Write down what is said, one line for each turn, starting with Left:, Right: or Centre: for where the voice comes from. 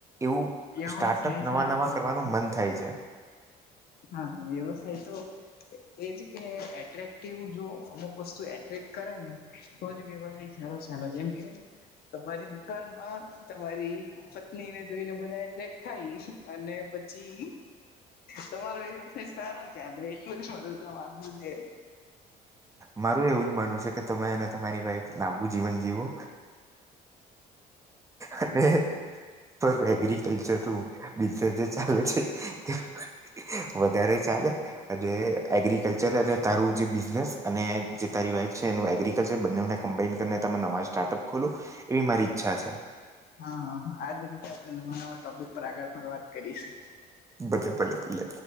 Right: એવું
Left: વ્યવસાય
Right: સ્ટાર્ટઅપ નવા
Left: સારો
Right: નવા
Left: ચાલે
Right: કરવાનું
Left: છે
Right: મન થાય છે.
Left: હા વ્યવસાય તો એજ કે એટ્રેક્ટિવ જો અમુક વસ્તુ એટ્રેક્ટ કરે ને. તોજ વ્યવસાય સારો સાલે જેમ કે તમારી દુકાનમાં તમારી પત્ની ને જોઈને બધા એટ્રેક થાય અને પછી તમારો વ્યવસાય સારો છે. આપણે એટલું જ મારું તો માનવું છે.
Right: મારું એવું જ માનવું છે કે તમે અને તમારી વાઈફ લાંબુ જીવન જીવો. અને <inaudible> એગ્રીકલ્ચર ટુ બીજા જે ચાલે છે તે વધારે ચાલે. અને એગ્રિકલ્ચર અને તારું જે બિઝનેસ અને જે તારી વાઈફ છે એનું એગ્રીિકલ્ચર બંનેને કમ્બાઇન કરીને તમે નવા સ્ટાર્ટઅપ ખોલું. એ મારી ઈચ્છા છે.
Left: હા આજ રીતે આપણે નવા નવા ટોપિક પર આગળ પણ વાત કરીશું.
Right: બલે ભલ્લે ભલે.